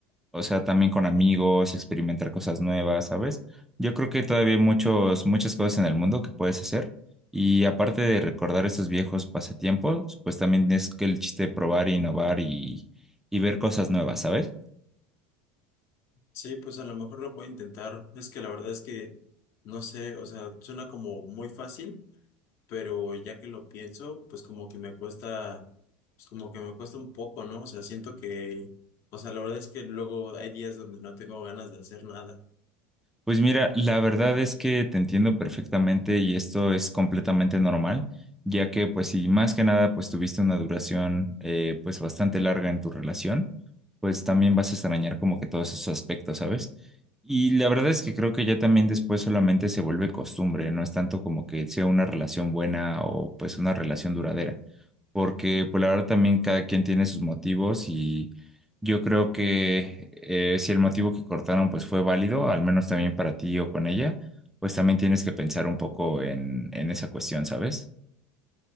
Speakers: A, in the centre; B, on the left.
A: o sea, también con amigos, experimentar cosas nuevas, ¿sabes? Yo creo que todavía hay muchos, muchas cosas en el mundo que puedes hacer. Y aparte de recordar estos viejos pasatiempos, pues también es que el chiste de probar, innovar y, y ver cosas nuevas, ¿sabes?
B: Sí, pues a lo mejor lo puedo intentar, es que la verdad es que, no sé, o sea, suena como muy fácil. pero ya que lo pienso, pues como que me cuesta, pues como que me cuesta un poco, ¿no? O sea, siento que, o sea, la verdad es que luego hay días donde no tengo ganas de hacer nada.
A: Pues mira, la verdad es que te entiendo perfectamente y esto es completamente normal, ya que pues si más que nada pues tuviste una duración eh, pues bastante larga en tu relación, pues también vas a extrañar como que todos esos aspectos, ¿sabes? Y la verdad es que creo que ya también después solamente se vuelve costumbre, no es tanto como que sea una relación buena o pues una relación duradera, porque pues la verdad también cada quien tiene sus motivos yo creo que eh, si el motivo que cortaron pues fue válido, al menos también para ti o con ella, pues también tienes que pensar un poco en, en esa cuestión, ¿sabes?